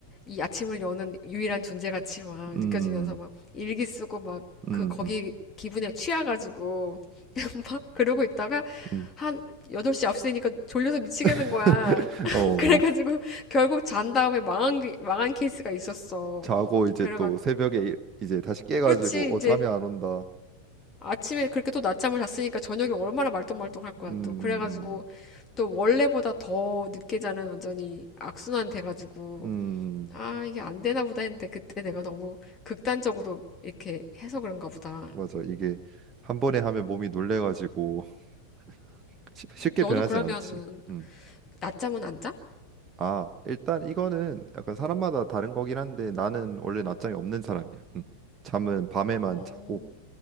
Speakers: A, on the left; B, on the right.
A: 이 아침을 여는 유일한 존재같이 막
B: 음,
A: 느껴지면서 막 일기 쓰고 막
B: 음,
A: 그 거기
B: 음.
A: 기분에 취해가지고 <laughs> 막 그러고 있다가
B: 음.
A: 한 8시, 앞시 되니까 졸려서 미치겠는
B: <laughs>
A: 거야. <laughs>
B: 어,
A: 그래가지고 결국 잔 다음에 망한, 게- 망한 케이스가 있었어.
B: 자고 이제
A: 그래가
B: 또 새벽에 일- 이제 다시 깨가지고
A: 그렇지
B: 어
A: 이제
B: 잠이 안 온다.
A: 아침에 그렇게 또 낮잠을 잤으니까 저녁에 얼마나 말똥말똥할 거야
B: 음,
A: 또 그래가지고
B: 음,
A: 또 원래보다 더 늦게 자는 완전히 악순환 돼가지고
B: 음, 음.
A: 아, 이게 안 되나 보다 했는데 그때 내가 너무 극단적으로 이렇게 해서 그런가 보다.
B: 맞아. 이게 한 번에 하면 몸이 놀래가지고 <laughs> 쉽- 쉽게
A: 너는
B: 변하진
A: 그러면은
B: 않지. 음.
A: 낮잠은 안 자?
B: 아, 일단 이거는 약간 사람마다 다른 거긴 한데 나는 원래 낮잠이 없는 사람이야. 음. 잠은 밤에만
A: 어,
B: 자고.